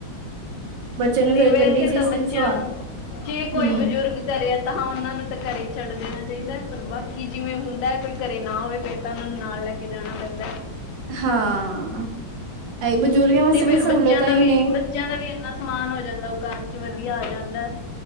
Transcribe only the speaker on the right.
ਬੱਚੇ ਨੂੰ
ਫੇਰ
ਗੱਡੀ ਚ ਇਸ
ਸਵਾਲ
ਹਮ
ਹਾਂ, ਇਹ ਬੁਜ਼ੁਰਗ ਵਾਸਤੇ
ਵੀ ਸਹੂਲਤਾਂ
ਈ
ਨੇ